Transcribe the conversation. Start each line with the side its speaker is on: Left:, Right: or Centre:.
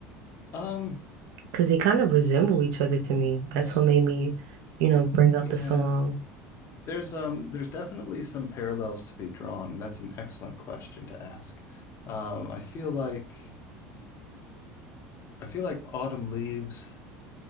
Left: Um,
Right: because they kind of resemble each other to me. That's
Left: uh,
Right: what made me, you know, bring up
Left: yeah.
Right: the song.
Left: There's um there's definitely some parallels to be drawn, and that's an excellent question to ask. Um, I feel like I feel like autumn leaves,